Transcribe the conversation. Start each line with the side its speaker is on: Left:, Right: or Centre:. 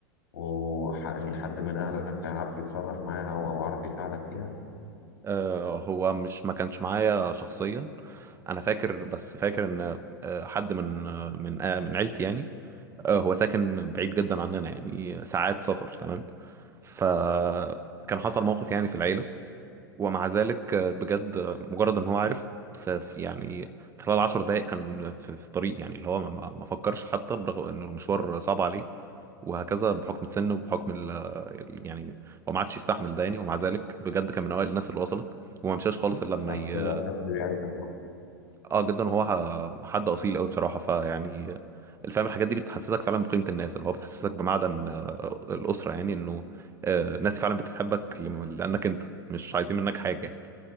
Left: و... ح- يعني حد من اهلك كان عارف يتصرف معاها او أو عارف يساعدك فيها
Right: آه، هو مش ما كانش معايا شخصيا انا فاكر بس فاكر ان آه، حد من آه، من آه، من عيلتي يعني آه، هو ساكن بعيد جدا عننا يعني ساعات سفر تمام فكان حصل موقف يعني في العيله ومع ذلك آه، بجد آه، مجرد ان هو عارف في في- يعني في خلال 10 دقائق كان في, في الطريق يعني اللي هو ما, ما ما فكرش حتى برغم انه المشوار صعب عليه وهكذا بحكم السن وبحكم ال ال- يعني هو ما عادش يستحمل ده يعني ومع ذلك بجد كان من اوائل الناس اللي وصلت وما مشاش خالص الا لما
Left: بعد
Right: ي...
Left: كده الشخص بيعزك
Right: اه جدا هو ح- حد اصيل قوي بصراحه فيعني الفهم الحاجات دي بتحسسك فعلا بقيمه الناس اللي هو بتحسسك بمعدن آه، الاسره يعني انه آه، الناس فعلا بتحبك لم- لانك انت مش عايزين منك حاجه يعني